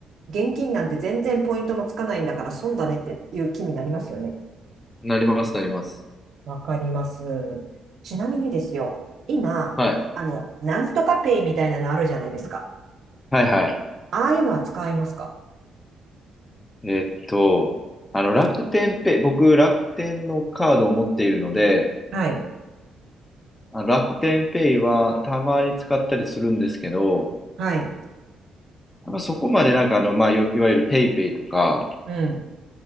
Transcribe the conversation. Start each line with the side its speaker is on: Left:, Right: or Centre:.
Right: 現金なんて全然ポイントもつかないんだから損だねっていう気になりますよね。
Left: なります、なります。
Right: わかります。ちなみにですよ。今、
Left: はい。
Right: あの、なんとかペイみたいなのあるじゃないですか。
Left: はいはい。
Right: ああいうのは使いますか
Left: えーっと、あの、楽天ペイ、僕、楽天のカードを持っているので、
Right: はい。
Left: あの楽天ペイはたまに使ったりするんですけど、
Right: はい。
Left: あんまそこまでなんかあの、まあ、いわいわゆるペイペイとか、
Right: うん。